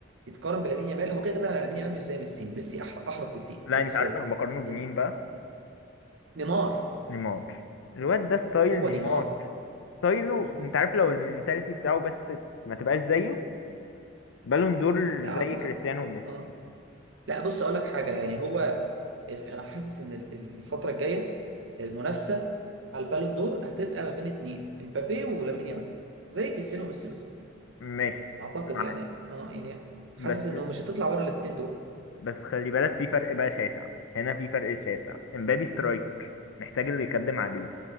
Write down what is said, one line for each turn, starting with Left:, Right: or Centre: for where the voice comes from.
Right: يتقارن بلامين يامال هو كده كده لامين يامال مش زي ميسي ميسي أح- احرف بكتير
Left: لا
Right: بس
Left: انت عارف انا بقارنه بمين
Right: ال-
Left: بقى
Right: نيمار
Left: نيمار الواد ده ستايل
Right: هو
Left: نيمار
Right: نيمار
Left: ستايله
Right: مم.
Left: انت عارف لو المنتاليتي بتاعه بس ما تبقاش زيه بالون دور
Right: ده اعتقد
Left: زي كريستيانو وميسي
Right: اه لا بص اقول لك حاجه يعني هو ال... انا حاسس ان ال- ال- الفتره الجايه المنافسه على البالون دور هتبقى ما بين اتنين امبابي ولامين يامال زي كريستيانو وميسي بالظبط
Left: ماشي
Right: اعتقد
Left: معاك
Right: يعني اه يعني
Left: بس
Right: حاسس انه مش هتطلع بره الاتنين دول
Left: بس خلي بالك في فرق بقى شاسع هنا في فرق شاسع امبابي سترايكر محتاج اللي يخدم عليه